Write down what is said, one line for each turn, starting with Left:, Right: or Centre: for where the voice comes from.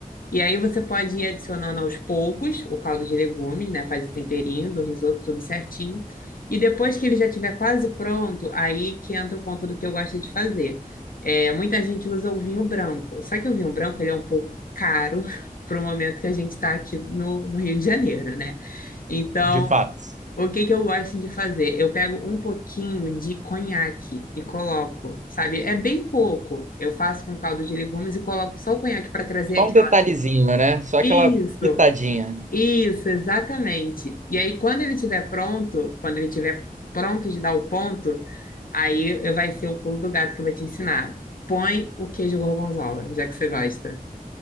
Left: E aí você pode ir adicionando aos poucos o caldo de legumes, né? Faz o temperinho do risoto tudo certinho. E depois que ele já estiver quase pronto, aí que entra o ponto do que eu gosto de fazer. É, muita gente usa o vinho branco. Só que o vinho branco ele é um pouco caro <laughs> para o momento que a gente está aqui no, no Rio de Janeiro, né? Então,
Right: De fato.
Left: o que que eu gosto de fazer? Eu pego um pouquinho de conhaque e coloco, sabe? É bem pouco. Eu faço com caldo de legumes e coloco só o conhaque para trazer
Right: Só
Left: aquela.
Right: um detalhezinho, né? Só aquela
Left: Isso,
Right: pitadinha.
Left: isso, exatamente. E aí, quando ele estiver pronto, quando ele estiver pronto de dar o ponto, aí eu vai ser o pulo do gato que eu vou te ensinar. Põe o queijo gorgonzola, já que você gosta.